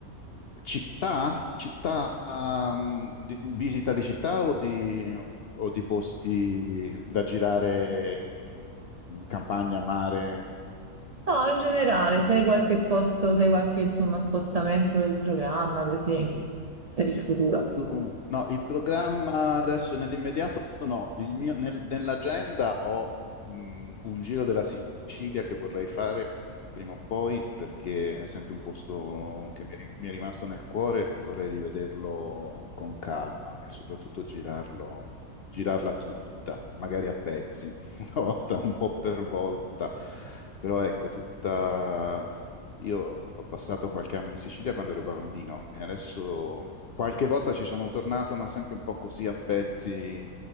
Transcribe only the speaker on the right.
No, in generale, se hai qualche posto, se hai qualche, insomma, spostamento del programma, così, per il futuro.